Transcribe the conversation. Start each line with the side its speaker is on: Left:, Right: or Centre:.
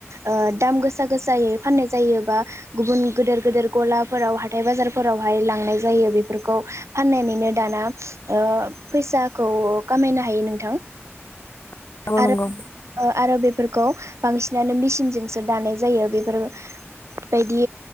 Right: ओ दाम गोसा गोसायै फाननाय जायोबा गुबुन गेदेर गेदेर गलाफोराव हाथाय बाजारफोरावहाय लांनाय जायो बेफोरखौ। फाननानैनो दाना ओ फैसाखौ खामायनो हायो नोंथां।
Left: नंगौ
Right: आरो
Left: नंगौ नंगौ
Right: आरो बेफोरखौ बांसिन बिसिनानो मेसिनजोंसो दानाय जायो बेफोर बायदि